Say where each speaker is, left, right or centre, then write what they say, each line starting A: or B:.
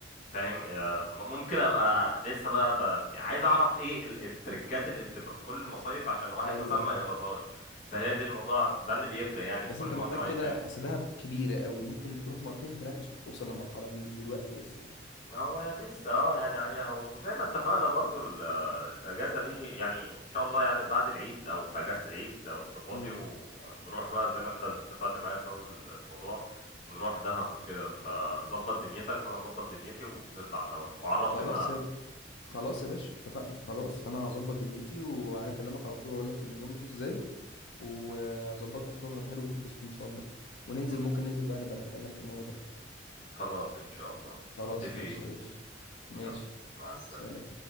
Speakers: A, on the left (about 40°); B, on the left (about 75°).
A: فاهم آه، م- ممكن ابقى لسه بقى, بقى يعني عايز اعرف ايه ال- التريكات اللي بتبقى في كل المصايف عشان واحد
B: ايوه
A: مثلا
B: ايوه
A: ما يغلطهاش فهي دي الموضوع ده اللي بيفرق يعني
B: بس
A: في كل
B: انت
A: موسم
B: محتاج
A: عن
B: كده
A: التاني
B: اصل دهب كبيره قوي ممكن تروح مرتين ثلاثه عشان توصل للمرحله دي مش دلوقتي لسه يعني
A: هو لسه اه يعني عليها وزي ما اتفقنا برضو ال- آه، الاجازه دي يعني ان شاء الله يعني بعد العيد او في اجازه العيد لو انت فاضي
B: امم
A: ونروح بقى زي ما انت اتفقت معايا في اول الموضوع نروح دهب وكده فظبط دنيتك وانا اظبط دنيتي ونطلع سوا وعرفني
B: خلاص
A: بقى
B: خلاص يا باشا اتفقنا خلاص انا هظبط دنيتي وهكلمك على طول واقول لك النظام ماشي ازاي واظبط لك بروجرام حلو وتتبسط ان شاء الله وننزل
A: إن-
B: ممكن ننزل بقى نبقى نتكلم في الموضوع ده
A: خلاص ان شاء الله
B: خلاص
A: متفقين
B: ماشي يا أكيد باشا ماشي
A: يلا مع السلامة
B: سلام